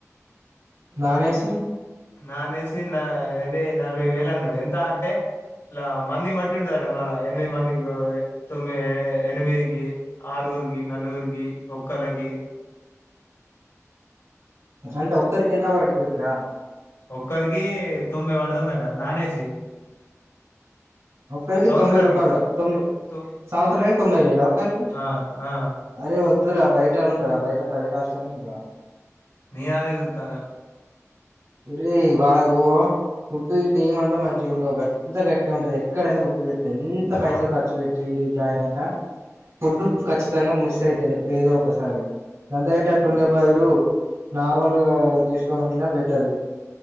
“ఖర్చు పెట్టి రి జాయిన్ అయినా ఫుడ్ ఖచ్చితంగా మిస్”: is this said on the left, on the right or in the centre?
Right